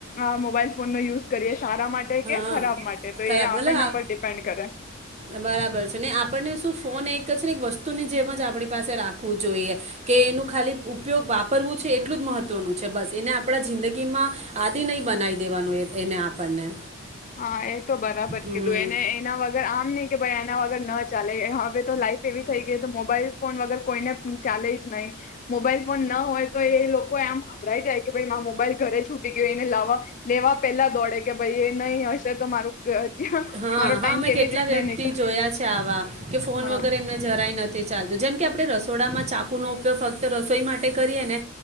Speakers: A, on the left; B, on the right.
A: અહ મોબાઈલ ફોન નો યુઝ કરીએ. સારા માટે કે
B: હા
A: ખરાબ માટે તો
B: ખરાબ
A: એ આપણના
B: ભલે આપ
A: પર ડિપેન્ડ કરે
B: બરાબર છે, ને આપણને શું ફોન એક તો છે ને એક વસ્તુની જેમ જ આપણી પાસે રાખવું જોઈએ કે એનું ખાલી ઉપયોગ વાપરવું છે એટલું જ મહત્વનું છે, બસ એને આપણા જિંદગી માં આદિ નહી બનાવી દેવાનું એ એને આપણને.
A: હા એ જ તો બરાબર
B: હમ
A: કીધું એને એના વગર આમ નહી કે ભાઈ એના વગર ન ચાલે હવે તો લાઈફ એવી થઈ ગઈ તો મોબાઈલ ફોન વગર કોઈને ચાલે જ નહી. મોબાઈલ ફોન ના હોય તો એ એ લોકો આમ ગભરાઈ જાય કે ભાઈ માર મોબાઈલ ઘરે છૂટી ગયો એને લાવવા લેવા પેલા દોડે કે ભાઈ એ નહી હશે તો મારું ક- જ્યાં-
B: હા,
A: મારો
B: હા
A: ટાઈમ
B: મેં
A: કેવી
B: કેટલા
A: રીતને
B: વ્યક્તિ
A: નીકળ
B: જોયા છે આવા, કે ફોન
A: હા
B: વગર એમને જરાય નથ તે ચાલતું જેમ કે આપણે રસોડામાં ચાકુનો ઉપયોગ ફક્ત રસોઈ માટે કરીએ ને